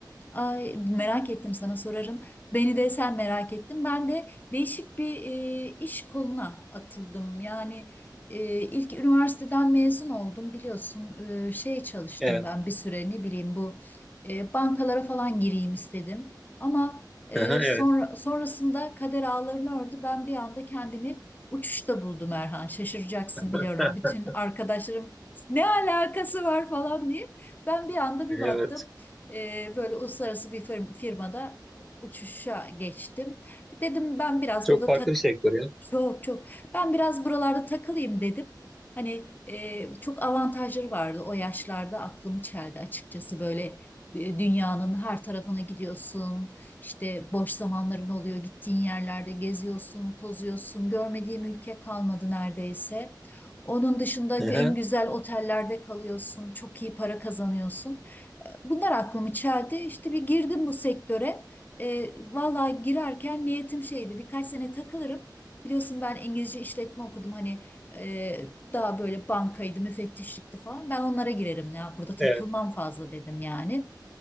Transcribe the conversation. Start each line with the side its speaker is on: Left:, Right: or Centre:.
Left: Ay, merak ettim sana sorarım. Beni de sen merak ettin. Ben de değişik bir e, iş koluna atıldım. Yani e, ilk üniversiteden mezun oldum biliyorsun. E, şey çalıştım
Centre: Evet.
Left: ben bir süre ne bileyim bu e, bankalara falan gireyim istedim. Ama e,
Centre: Aha,
Left: sonra
Centre: evet.
Left: sonrasında kader ağlarını ördü. Ben bir anda kendimi uçuşta buldum Erhan. Şaşıracaksın biliyorum.
Centre: <laughs>
Left: Bütün arkadaşlarım ne alakası var falan diye. Ben bir anda bir
Centre: Evet.
Left: baktım. Ee, böyle uluslararası bir fir- firmada uçuşa geçtim. Dedim ben biraz
Centre: Çok
Left: burada
Centre: farklı
Left: tak
Centre: bir sektör ya.
Left: çok çok ben biraz buralarda takılayım dedim. Hani e, çok avantajları vardı o yaşlarda aklımı çeldi açıkçası böyle e, dünyanın her tarafına gidiyorsun. İşte boş zamanların oluyor, gittiğin yerlerde geziyorsun, tozuyorsun. Görmediğim ülke kalmadı neredeyse. Onun dışında en
Centre: Aha,
Left: güzel otellerde kalıyorsun, çok iyi para kazanıyorsun bunlar aklımı çeldi. İşte bir girdim bu sektöre. E, vallahi girerken niyetim şeydi birkaç sene takılırım. Biliyorsun ben İngilizce işletme okudum hani e, daha böyle bankaydı, müfettişlikti falan. Ben onlara girerim ya burada takılmam
Centre: evet.
Left: fazla dedim yani.